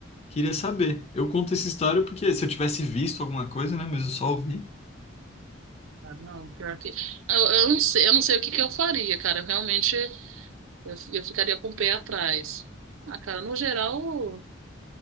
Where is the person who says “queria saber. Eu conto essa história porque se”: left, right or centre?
Left